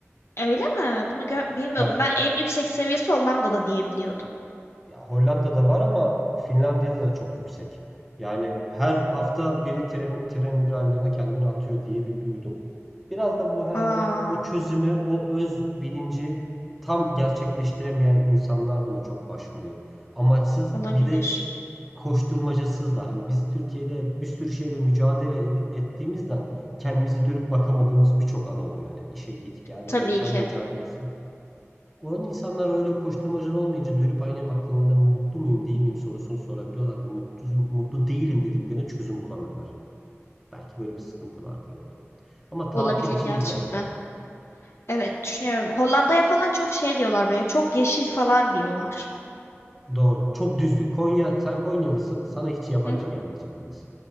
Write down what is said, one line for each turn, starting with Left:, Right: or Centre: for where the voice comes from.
Left: Öyle mi? Bunu gö- bilmiyordum.
Centre: Tabii.
Left: Ben en yüksek seviyesi Hollanda'da diyebiliyordum.
Centre: Ya Hollanda'da var ama Finlandiya'da da çok yüksek. Yani her hafta biri tren, tren raylarına kendini atıyor diye bir duydum. Biraz da bu herhalde
Left: Aa.
Centre: o çözümü, o öz bilinci tam gerçekleştiremeyen insanlar buna çok başvuruyor. Amaçsız
Left: Olabilir.
Centre: bir de koşturmacasızlar. Hani biz Türkiye'de bir sürü şeyle mücadele ed- ettiğimizden kendimize dönüp bakamadığımız birçok an oluyor. Yani işe git gel,
Left: Tabii
Centre: yaşam
Left: ki.
Centre: mücadelesi. Onun insanlar öyle koşturmacan olmayınca dönüp aynaya baktığında mutlu muyum değil miyim sorusunu sorabiliyorlar ve mutlu, mutlu değilim dediklerine çözüm bulamıyorlar. Belki böyle bir sıkıntı vardır orada. Ama tatil
Left: Olabilir
Centre: için
Left: gerçekten.
Centre: güzel yer.
Left: Evet düşünüyorum. Hollanda'ya falan çok şey diyorlar böyle çok yeşil falan diyorlar.
Centre: Doğru. Çok düzlük. Konya, sen Konyalısın. Sana hiç yabancı
Left: Hı hı.
Centre: gelmeyecek orası.